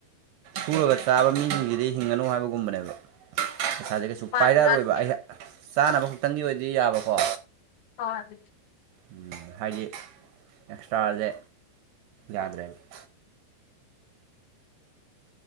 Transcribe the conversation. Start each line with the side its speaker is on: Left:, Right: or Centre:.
Right: ꯁꯨꯔꯒ ꯆꯥꯕ ꯃꯤꯁꯤꯡꯖꯤꯗꯤ ꯍꯤꯡꯉꯅꯨ ꯍꯥꯏꯕꯒꯨꯝꯕꯅꯦꯕ ꯄꯩꯁꯥꯁꯦ ꯀꯩꯁꯨ ꯁꯨ
Left: ꯃꯥꯅꯤ
Right: ꯄꯥꯏꯔꯛꯔꯣꯏꯕ
Left: ꯃꯥꯅꯤ
Right: ꯑꯩꯍ ꯆꯥꯅꯕ ꯈꯛꯇꯪꯒꯤ ꯑꯣꯏꯗꯤ ꯌꯥꯕꯀꯣ
Left: <unintelligible>
Right: ꯎꯝ ꯍꯥꯏꯗꯤ ꯑꯦꯛꯁꯇ꯭ꯔꯥꯖꯦ ꯌꯥꯗ꯭ꯔꯦꯕ